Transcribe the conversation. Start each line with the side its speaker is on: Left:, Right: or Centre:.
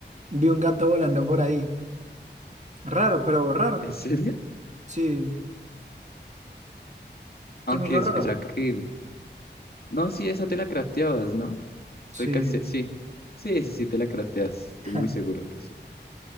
Right: vi un gato volando por ahí. Raro, pero raro.
Left: ¿En serio?
Right: Sí,
Left: Aunque
Right: se me hizo
Left: es,
Right: raro.
Left: es verdad que... No, sí, esa te la crafteabas, ¿no? Estoy
Right: Sí.
Left: casi... Sí. Sí, sí, sí, te la crafteas. Estoy
Right: <laughs>
Left: muy seguro que sí.